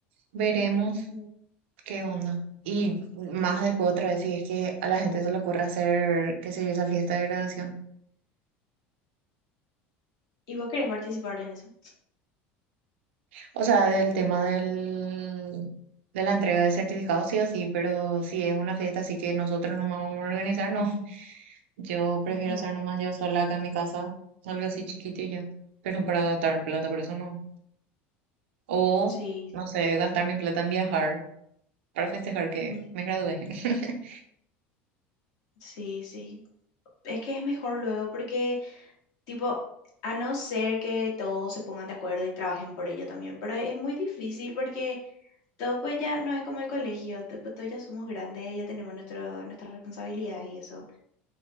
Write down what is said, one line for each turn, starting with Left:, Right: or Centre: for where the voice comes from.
Right: veremos
Left: ujú.
Right: qué onda. Y más después otra vez, si es que a la gente se le ocurre hacer, qué sé yo, esa fiesta de graduación.
Left: ¿Y vos querés participar en eso?
Right: O sea, del tema del, de la entrega de certificados, sí o sí, pero si es una fiesta así que nosotros no vamos a organizar, no. <laughs> Yo prefiero
Left: Ujú.
Right: hacer nomás yo sola acá en mi casa, algo así chiquito y ya. Pero para gastar plata, por eso no. O,
Left: Sí,
Right: no sé, gastar mi plata en viajar para festejar que
Left: ujú,
Right: me gradué. <laughs>
Left: sí, sí. Es que es mejor luego porque, tipo, a no ser que todos se pongan de acuerdo y trabajen por ello también, pero es muy difícil porque todos pues ya no es como el colegio, tipo, todos ya somos grandes, ya tenemos nuestro, nuestras responsabilidades y eso,